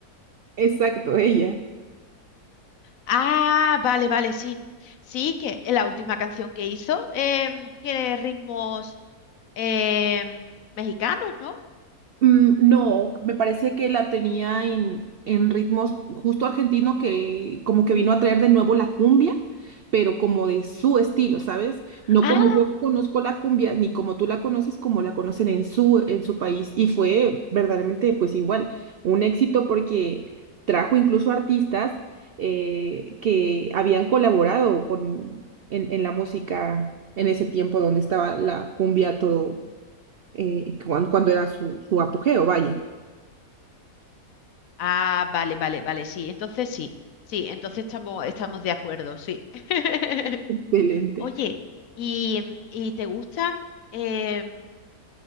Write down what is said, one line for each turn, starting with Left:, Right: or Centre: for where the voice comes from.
Right: Exacto, ella.
Left: Ah, vale, vale, sí. Sí, que la última canción que hizo em, tiene ritmos em, mexicanos, ¿no?
Right: Mm, No, me parece que la tenía en, en ritmos justo argentino que como que vino a traer de nuevo la cumbia, pero como de su estilo, ¿sabes? No
Left: Ah,
Right: como yo conozco la cumbia, ni como tú la conoces, como la conocen en su, en su país. Y fue verdaderamente, pues igual, un éxito porque trajo incluso artistas eh, que habían colaborado con, en, en la música en ese tiempo donde estaba la cumbia a todo eh, cuan- cuando, era su, su apogeo, vaya,
Left: ah, vale, vale, vale, sí. Entonces sí, sí, entonces estamos, estamos de acuerdo, sí. <laughs>
Right: <laughs> excelente.
Left: Oye, ¿y, y te gustan? em,